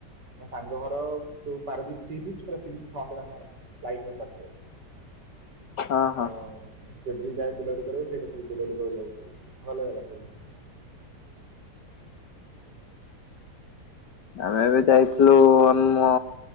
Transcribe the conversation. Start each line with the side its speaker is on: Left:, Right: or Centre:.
Right: ମୋ ସାଙ୍ଗ ଘର ଯୋଉ ପାରଦୀପ ସି ବିଚ୍ ପୁରା ସି ବିଚ୍ ଫ୍ରଣ୍ଟ ତାଙ୍କ ଘର ଲାଇଟ୍ ହାଉସ ପାଖରେ। <unintelligible>
Left: ହଁ ହଁ।
Right: ତ ଯଦ ବି ଯାଏ ବୁଲାବୁଲି କରିବାକୁ ସେଇଟା ହିଁ ବୁଲାବୁଲୁ କରି ଯାଉ <unintelligible> ଭଲ ଜାଗା ସବୁ।
Left: ଆମେ ବି ଯାଇଥିଲୁ ଆମ